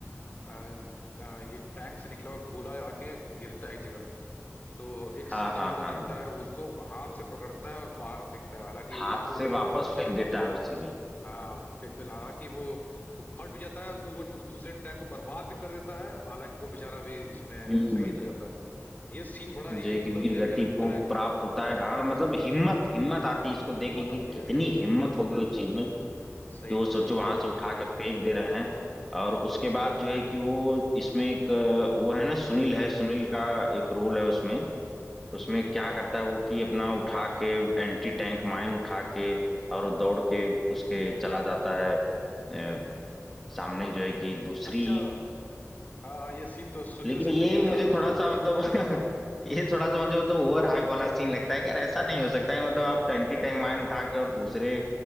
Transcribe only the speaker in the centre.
हाँ
हाँ
हाँ
हाथ
से वापस फेंक देता है उसी में
हम्म
जय
की वीर
गति
को
प्राप्त होता है हाँ मतलब हिम्मत हिम्मत आती है इसको देख
के कि
कितनी
हिम्मत होगी उस चीज में कि
वो
सोचो
वहां
से उठा कर फेंक दे रहे हैं और उसके बाद जो है कि वो इसमें एक अ, वो है ना सुनील है सुनील का एक रोल है उसमें उसमें क्या
करता
है वो कि अपना उठा के एंटी टैंक माइन उठा के और दौड़ के उसके चला जाता है अ, सामने जो है कि दूसरी
लेकिन
ये
मुझे
थोड़ा
सा मतलब <laughs> ये थोड़ा सा मुझे मतलब ओवर हाइप वाला सीन लगता है कि यार ऐसा नहीं हो सकता है मतलब
आप टंटी टैंक माइन उठा के और दूसरे